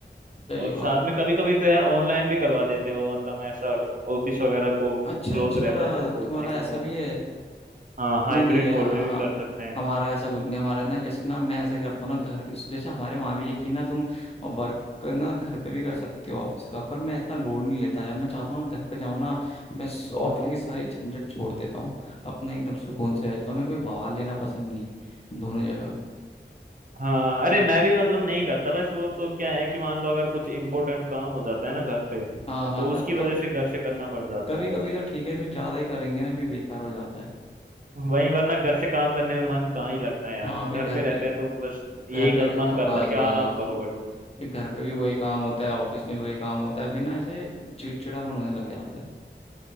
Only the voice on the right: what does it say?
और
साथ में कभी कभी तो यार ऑनलाइन भी करवा देते हैं वो मतलब ऐसा ऑफिस वगैरह को
क्लोज
रहता है तो बोलते
हैं कि
ऑन
हाँ हाइब्रिड
मोड
में भी
कर सकते हैं
हाँ अरे मैं भी मतलब नहीं करता बस वो तो क्या है कि मान लो अगर कुछ इम्पोर्टेंट काम हो जाता है ना घर पे
तो
उसकी वजह
से घर से करना पड़ जाता
है
वहीं वरना घर से काम करने में मन कहाँ ही लगता है यार
घर
पे
रहते हैं तो बस यही
कर, मन
करता
है कि आराम
करो
बढ़िया